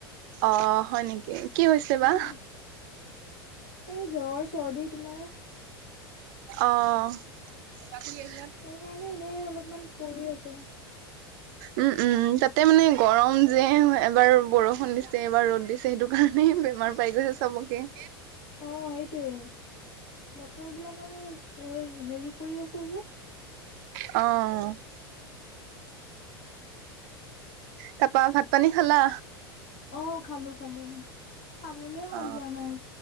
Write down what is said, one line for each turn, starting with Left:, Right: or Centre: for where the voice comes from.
Right: অ' হয় নেকি? কি হৈছে বা।
Left: উম। এই জ্বৰ চৰ্দি তোমাৰ।
Right: অ'। এটা <unintelligible>
Left: সেইকাৰণে এনেই অলপমান পৰি আছোঁ।
Right: উ উ তাতে মানে গৰম যে এবাৰ বৰষুণ দিছে, এবাৰ ৰ'দ দিছ ছে হেটো কাৰণেই বেমাৰ পাই গৈছে চবকে।
Left: অ' হেটোৱে বতৰ বিলাক মানে এ হেৰি কৰি আছে যে।
Right: অ'। তাপা ভাত পানী খালা?
Left: অ' খালোঁ খালোঁ, খাবলৈ মন
Right: অ
Left: যোৱা নাই।